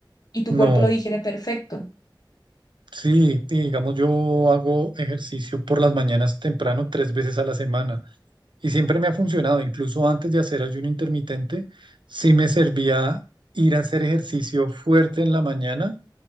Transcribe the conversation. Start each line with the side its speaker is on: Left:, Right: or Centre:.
Left: y tu
Right: No,
Left: cuerpo lo digiere perfecto.
Right: sí, y digamos, yo hago ejercicio por las mañanas temprano tres veces a la semana y siempre me ha funcionado, incluso antes de hacer ayuno intermitente, sí me servía ir a hacer ejercicio fuerte en la mañana